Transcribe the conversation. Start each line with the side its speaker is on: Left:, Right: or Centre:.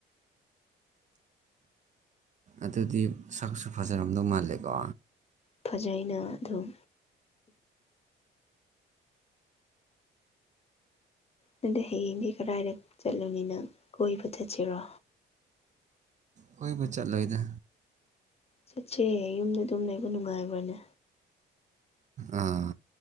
Right: ꯑꯗꯨꯗꯤ ꯁꯛꯁꯨ ꯐꯖꯔꯝꯗꯧ ꯃꯥꯜꯂꯦꯀꯣ
Left: ꯐꯖꯩꯅ ꯑꯗꯨꯝ ꯅꯪꯗꯤ ꯍꯌꯦꯡꯗꯤ ꯀꯗꯥꯏꯗ ꯆꯠꯂꯨꯅꯤ ꯅꯪ ꯀꯣꯏꯕ ꯆꯠꯁꯤꯔꯣ
Right: ꯀꯣꯏꯕ ꯆꯠꯂꯣꯏꯗ
Left: ꯆꯠꯁꯦ ꯌꯨꯝꯗ ꯑꯗꯨꯝ ꯂꯩꯕ ꯅꯨꯡꯉꯥꯏꯕ꯭ꯔꯥꯅꯦ
Right: ꯑꯥ